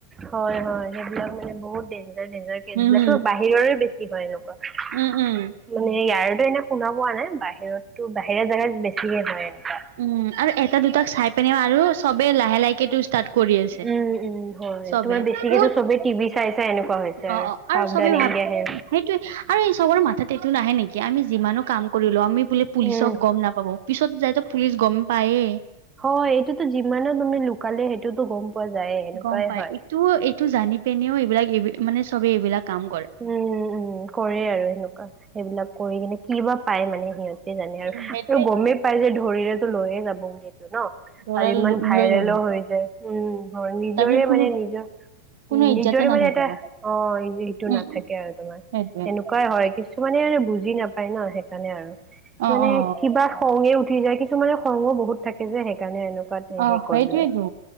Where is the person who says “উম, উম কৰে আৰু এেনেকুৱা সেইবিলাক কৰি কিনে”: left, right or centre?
Right